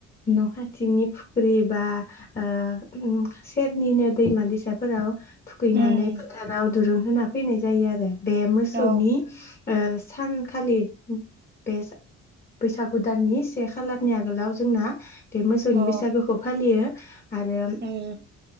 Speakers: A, on the left; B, on the right.
A: न' खाथिनि फुख्रि बा ओ सेरनिनो दैमा दैसाफोराव थुखैनानै
B: उम
A: फोथाराव दुरुं होना फैनाय जायो आरो बे मोसौनि
B: अ
A: ओ सानखालि बे बैसागु दाननि से खालारनि आगोलाव जोंना बे मोसौनि
B: अ
A: बैसागोखौ फालियो आरो
B: उम